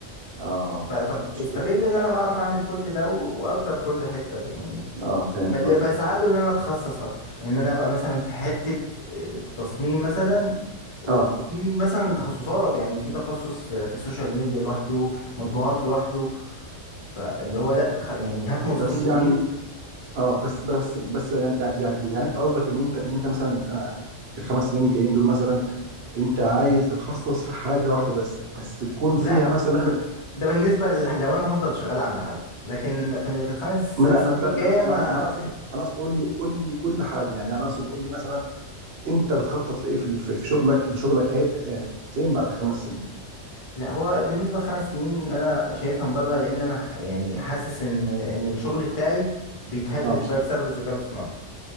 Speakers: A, on the right; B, on the left.
A: اه
B: ف- طب
A: مشكلة
B: استغل ان انا بعرف اعمل كل ده و- واقدر كل حته ب- يعني
A: اه فهمت
B: فاللي
A: قصدك
B: بسعى له ان انا اتخصص اكتر ان انا ابقى مثلا في حته التصميم مثلا والتصميم
A: اه
B: مثلا تخصصات يعني في تخصص في في السوشيال ميديا لوحده مطبوعات لوحده فاللي هو لا تخ... يعني هات موظفين
A: بس
B: كتير
A: يعني اه بس بس بس يعني يعني يعني, يعني انت قصدك ان انت ان انت مثلا انا في الخمس سنين الجايين دول مثلا انت عايز تتخصص في حاجة واحدة بس بس تكون فيها
B: لا
A: مثلا
B: ف- ف- ده بالنسبة ل- لو أنا هفضل شغال عند حد لكن في في الخمس
A: ما لا
B: سنين
A: ما انت ما
B: الجاية أنا
A: ما ما انا اقصد انا اقصد قول لي قول لي كل حاجة يعني انا اقصد قول لي مثلا انت بتخطط لايه في ال- في في شغلك ان شغلك هيبقى آه، فين بعد خمس سنين
B: لا هو بالنسبة لخمس سنين أنا شايفها مبالغة لأن أنا ح- يعني حاسس إن إن الشغل بتاعي بيتهدد
A: اه
B: شوية بسبب الذكاء الاصطناعي